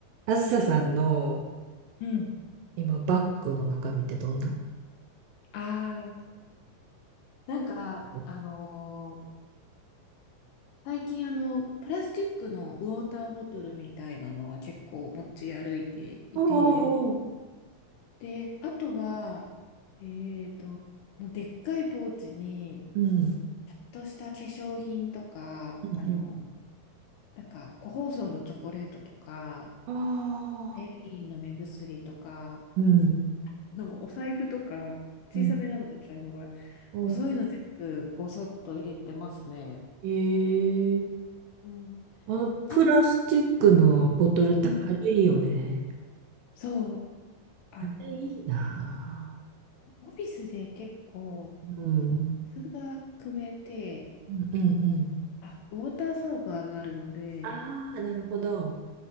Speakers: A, on the right; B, on the left.
A: あずささんの
B: うん。
A: 今バッグの中身ってどんな
B: ああ、なんか、
A: おう
B: あのー最近あの、プラスチックのウォーターボトルみたいなのは結構持ち歩いていて、
A: おう
B: で、あとは、えっと、もうでっかいポーチに、
A: うん。
B: ちょっとした化粧品とか、
A: うん
B: あの、なんか、個包装のチョコレートとか、
A: あ
B: アレルギーの目薬とか、
A: あー、うん。
B: のお財布とか、小さめなのでお財布は、
A: うんお
B: もうそういうの全部ごそっと入れてますね。
A: ええ
B: うん
A: あの、プラスチックのボトルって軽いよね。
B: あ、うんそう、あの、
A: あれいいな
B: オフィスで結構、
A: ぁ。うん。
B: 水が汲めて、
A: うんうんうん。
B: あ、ウォーターサーバーがあるので、
A: ああ、なるほど。